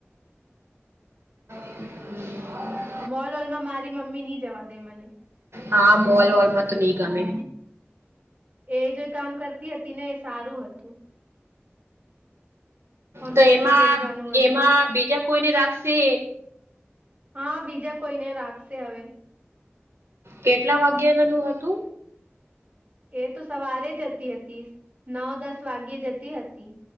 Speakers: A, on the right; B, on the right.
A: હમ
B: મોલ હોલ માં મારી મમ્મી નની જવા દે મને
A: હા મોલ વલમાં તો નહી ગમે
B: એ જે કામ કરતી હતી ને એ સારું હતુ. કોમ્પ્યુટર
A: તો એમાં
B: પર બેસવાનું હતું
A: એમાં બીજા કોઈને રાખશે.
B: હા બીજા કોઈને રાખશે હવે.
A: કેટલા વાગ્યા નું હતુ.
B: એ તો સવારે જતી હતી નવ દસ વાગ્યે જતી હતી.